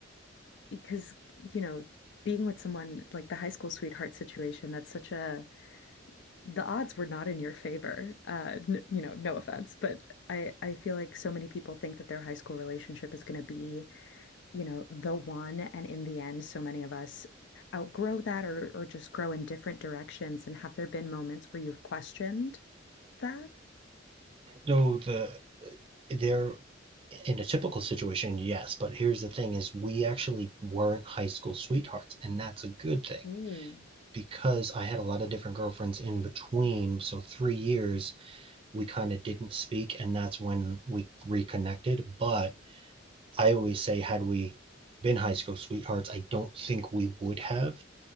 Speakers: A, on the left; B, on the right.
A: because, you know, being with someone like the high school sweetheart situation, that's such a the odds were not in your favor. Uh, n you know, no offense, but I I feel like so many people think that their high school relationship is going to be, you know, the one, and in the end, so many of us outgrow that or or just grow in different directions. And have there been moments where you've questioned that?
B: So the there in a typical situation, yes, but here's the thing: is we actually weren't high school sweethearts, and that's a good thing
A: Mm.
B: because I had a lot of different girlfriends in between, so three years we kind of didn't speak, and that's when we reconnected. But I always say, had we been high school sweethearts, I don't think we would have